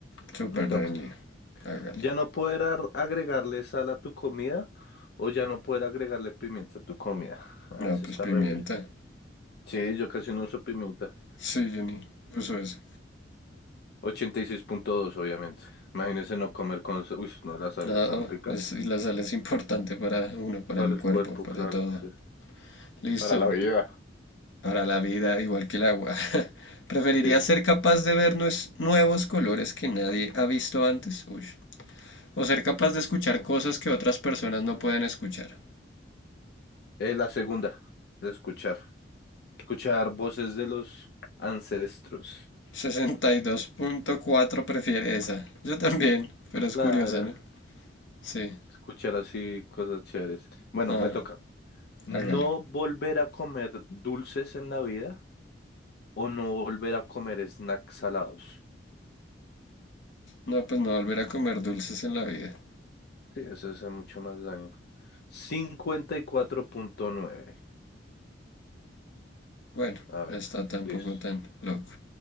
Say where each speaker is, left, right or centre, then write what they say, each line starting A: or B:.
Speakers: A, on the left (about 90°); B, on the left (about 60°).
A: súper
B: me toca.
A: reñida. Hágale.
B: Ya no poder ar- agregarle sal a tu comida o ya no poder agregarle pimienta a tu comida. Ah,
A: No,
B: eso
A: pues
B: está
A: pimienta.
B: re breve. Sí, yo casi no uso pimienta.
A: Sí, yo ni uso eso.
B: ochenta y seis punto dos obviamente. Imagínense no comer con... sa- Uy, no, la sal
A: No,
B: es tan rica.
A: es, y la sal es importante para uno, para
B: Para
A: el
B: el
A: cuerpo,
B: cuerpo,
A: para
B: claro,
A: todo.
B: sí.
A: Listo,
B: Para la vida.
A: para la vida, igual que el agua. <laughs> ¿Preferiría
B: Sí.
A: ser capaz de ver nuevos colores que nadie ha visto antes? Uy. ¿O ser capaz de escuchar cosas que otras personas no pueden escuchar?
B: Eh, la segunda, de escuchar. Escuchar voces de los ancestros.
A: sesenta y dos punto cuatro prefiere esa. Yo también, pero es
B: Claro,
A: curiosa, ¿no? Sí.
B: escuchar así cosas chéveres. Bueno,
A: Ah,
B: me toca. No
A: hágale.
B: volver a comer dulces en la vida o no volver a comer snacks salados.
A: No, pues no volver a comer dulces en la vida.
B: Sí, eso hace mucho más daño. cincuenta y cuatro punto nueve
A: Bueno,
B: A ver,
A: no está tampoco
B: listo.
A: tan loco.